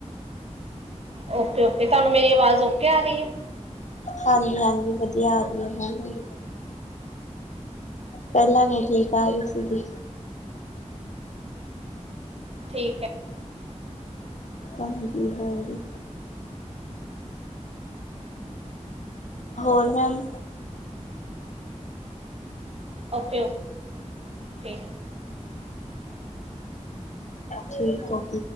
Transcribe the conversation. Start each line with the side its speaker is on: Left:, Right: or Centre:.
Right: ਓਕੇ ਓਕੇ, ਤੁਹਾਨੂੰ ਮੇਰੀ ਆਵਾਜ਼ ਓਕੇ ਆ ਰਹੀ ਹੈ?
Left: ਹਾਂਜੀ-ਹਾਂਜੀ ਵਧੀਆ ਆ ਰਹੀ ਐ ਗੀ ਪਹਿਲਾਂ ਨੀ ਠੀਕ ਆਰੀ ਸੀ
Right: ਠੀਕ ਹੈ,
Left: ਹਾਂਜੀ-ਹਾਂਜੀ, ਹੋਰ ਮੈਮ
Right: ਓਕੇ ਓਕੇ,
Left: ਠੀਕ ਔ